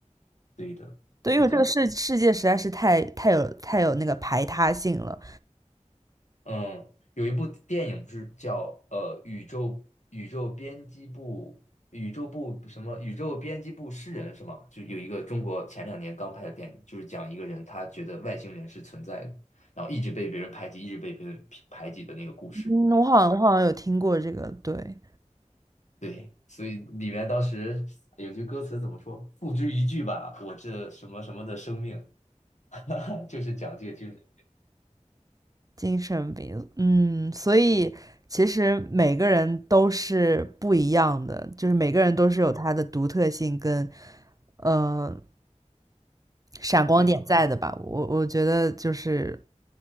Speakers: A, on the left (about 70°); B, on the right (about 30°).
A: 对的，
B: 对，
A: 是这样。
B: 因为这个世世界实在是太太有太有那个排他性了。
A: 嗯，有一部电影不是叫呃宇宙宇宙编辑部宇宙部什么宇宙编辑部诗人是吗？就有一个中国前两年刚拍的电影，就是讲一个人他觉得外星人是存在的，然后一直被别人排挤，一直被别人排挤的那个故事。
B: 嗯，我好像我好像有听过这个，对，
A: 对，所以里面当时有句歌词怎么说？付之一炬吧，我这什么什么的生命，<laughs> 就是讲这个精神。
B: 精神病。嗯，所以其实每个人都是不一样的，就是每个人都是有他的独特性跟呃闪光点在的吧。
A: 对，
B: 我我觉得就是